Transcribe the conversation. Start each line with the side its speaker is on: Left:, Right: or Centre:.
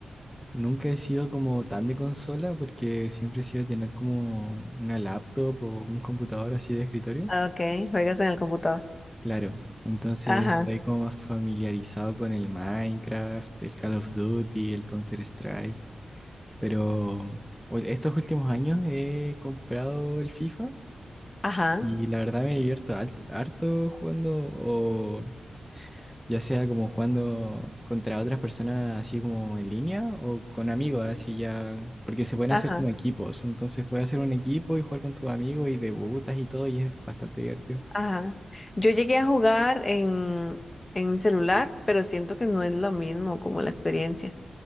Centre: Nunca he sido como tan de consola porque siempre he sido de tener como una laptop o un computador así de escritorio.
Left: okay, juegas en el computador.
Centre: Claro, entonces
Left: Ajá,
Centre: estoy como más familiarizado con el Minecraft, el Call of Duty, el Counter-Strike, pero u- estos últimos años he comprado el FIFA
Left: ajá,
Centre: y la verdad me divierto alt- harto jugando ya sea como jugando contra otras personas así como en línea o con amigos, así ya, porque se pueden
Left: ajá,
Centre: hacer como equipos, entonces puedes hacer un equipo y jugar con tus amigos y debutas y todo y es bastante divertido.
Left: ajá. Yo llegué a jugar en, en mi celular, pero siento que no es lo mismo como la experiencia.